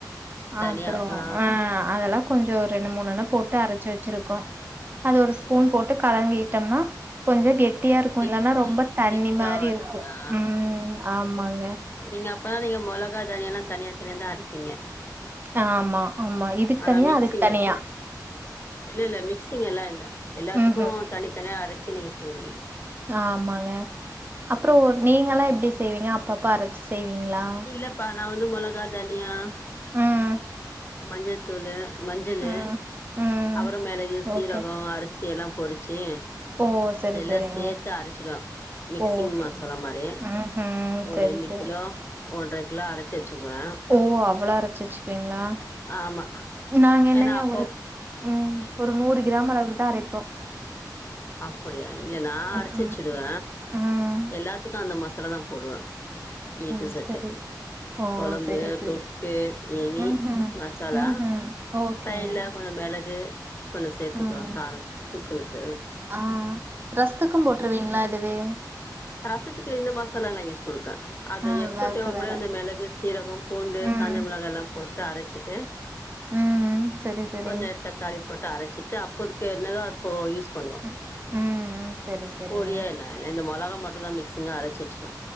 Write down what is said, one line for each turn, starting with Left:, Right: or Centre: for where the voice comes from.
Right: அ
Left: தனியா
Right: அப்றோ
Left: ஆ
Right: அ அதெல்லா கொஞ்சோ ரெண்டு மூணன போட்டு அரச்சு வச்சிருக்கோ அது ஒரு
Left: சேரி
Right: ஸ்பூன் போட்டு கலங்கிட்டம்னா கொஞ்ச கெட்டியா இருக்கு
Left: திக்
Right: இல்லனா ரொம்ப தண்ணி
Left: திக்கா
Right: மாரி
Left: வரதுக்கா
Right: இருக்கும் ம் ஆமாங்க
Left: நீங்க அப்பதா நீங்க மொளகா தனிய எல்லா தனியா தனியா தா அரப்பீங்க
Right: ஆமா ஆமா இதுக்கு
Left: ஆனா
Right: தனியா
Left: மிக்சிங்
Right: அதுக்கு தனியா
Left: இல்ல இல்ல இல்ல மிக்சிங் எல்லா இல்ல எல்லாத்துக்கு
Right: ம்ஹ்ம்
Left: தனித்தனியா அரச்சி நீங்க செய்வீங்க
Right: ஆமாங்க
Left: சேரி
Right: அப்றோ
Left: சேரி
Right: நீங்கல்லா எப்டி செய்வீங்க அப்ப அப்பா அரச்சு செய்வீங்களா
Left: இல்லப்பா நா வந்து மொளகா தனியா
Right: ம்.
Left: மஞ்சத்தூளு மஞ்சளு
Right: ம். ம்.
Left: அப்றோ மெளகு சீரகோ
Right: ஓகே.
Left: அரிசி த்தி எல்லா பொரிச்சு
Right: ஓ! சரி,
Left: எல்லா
Right: சரிங்க.
Left: சேத்து அரச்சிடுவ மிக்சிங்
Right: ஓகே.
Left: மசாலா மாரி
Right: ம். ம்ஹ்ம்.
Left: ஒரு
Right: சரி,
Left: ரெண்டு
Right: சரி.
Left: கிலோ ஒன்ற கிலோ அரச் சச்சுவே
Right: ஓ அவ்ளோ அரச்சி வச்சுபீங்களா
Left: ஆமா
Right: நாங்க என்னங்க
Left: ஏன்னா அப்பப்
Right: ஒரு ம் ஒரு நூறு கிராம் அளவுக்கு தா அரைப்போ
Left: அப்டியா இல்ல நா
Right: ம்ஹ்ம்.
Left: அரச்சி வச்சிருவ
Right: ம்.
Left: எல்லாத்துக்கு அந்த மசாலா தா போடுவ ஈட்டு
Right: ஓ!
Left: சட்டு
Right: சரி. ஓ!
Left: கொழம்பு
Right: சரி, சரி.
Left: தொக்கு எனி
Right: ம்ஹ்ம்.
Left: மசாலா
Right: ம்ஹ்ம். ஓகேங்க.
Left: சைட்ல கொஞ்ச மெளகு கொஞ்ச சேத்துக்குவ
Right: ம்.
Left: கார தூக்கலுக்கு
Right: ஆ ரசத்துக்கு போட்டுருவீங்களா இதுவே
Left: ரச க்கு இந்த மசாலா யூஸ் பண்ற அது
Right: ஆ
Left: எப்ப
Right: வறுக்க
Left: தேவப்படு
Right: வேற.
Left: அந்த மெளகு சீரகோ பூண்டு
Right: ம்.
Left: காஞ்ச ல்லா போட்டு அரச்சிட்டு
Right: ம். சரி, சரி.
Left: கொஞ்ச தாலி போட்டு அரச்சிட்டு அப்போதுக்கு என்னதோ போ யூஸ் பண்ணுவோ
Right: ம். ம். சரி, சரிங்க.
Left: பொடியா என்ன இந்த மொளகா மட்டு தா மிக்சிங்கா அரச்சிவச்க்லா